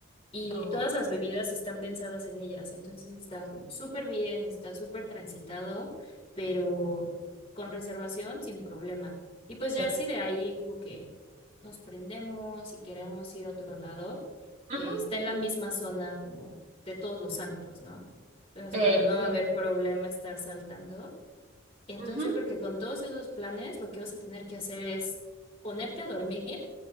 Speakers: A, on the left; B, on the right.
A: Y
B: Oh,
A: todas las bebidas están pensadas en ellas, entonces está como súper bien, está súper transitado, pero con reservación sin problema. Y pues
B: per-
A: ya así de ahí como que nos prendemos y queremos ir a otro lado,
B: ujú,
A: eh, está en la misma zona como de todos los antros, ¿no? Entonces
B: perfecto.
A: como no va a Sí. haber problema estar saltando. Entonces
B: Ujú,
A: yo creo que con todos esos planes lo que vas a tener que hacer es ponerte a dormir